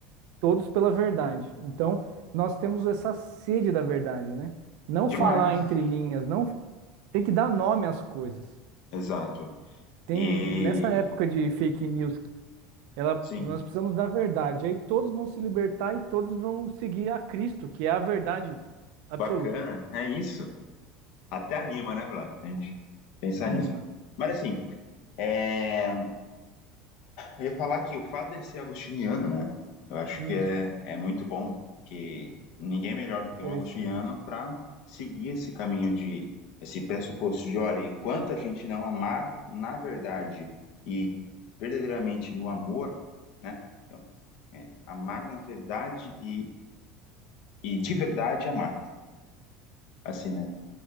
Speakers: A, on the right; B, on the left.
A: todos pela verdade. Então, nós temos essa sede da verdade, né? Não
B: Demais.
A: falar entre linhas, não tem que dar nome às coisas.
B: Exato.
A: Tem
B: E
A: nessa época de fake news Ela,
B: sim,
A: nós precisamos da verdade. Aí todos vão se libertar e todos vão seguir a Cristo, que é a verdade absoluta.
B: bacana. É isso. Até anima, né, Vlad? A gente pensar
A: Anima.
B: nisso. Mas assim, é, Eu ia falar que o fato dele ser agostiniano, né? Eu acho
A: Isso.
B: que é, é muito bom, porque ninguém é melhor do que
A: Interessante.
B: um agostiniano para seguir esse caminho de, esse pressuposto de, olha, enquanto a gente não amar na verdade e verdadeiramente no amor, né? Então, é, amar na verdade e, e de verdade amar, assim, né?